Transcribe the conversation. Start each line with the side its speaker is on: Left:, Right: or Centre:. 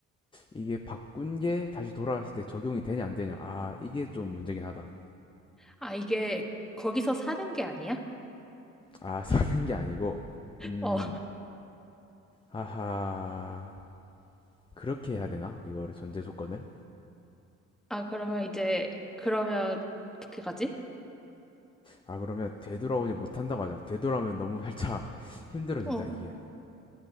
Left: 이게 바꾼 게 다시 돌아왔을 때 적용이 되냐 안 되냐. 아, 이게 좀 문제긴 하다.
Centre: 아, 이게 거기서 사는 게 아니야?
Left: 아, <laughs> 사는 게 아니고, 음,
Centre: 어,
Left: 하하, 그렇게 해야 되나? 이거를 전제 조건을?
Centre: 아, 그러면 이제, 그러면 어떻게 가지?
Left: 아, 그러면 되돌아오지 못한다고 하자. 되돌아오면 너무 살짝 <laughs> 힘들어진다,
Centre: 어,
Left: 이게.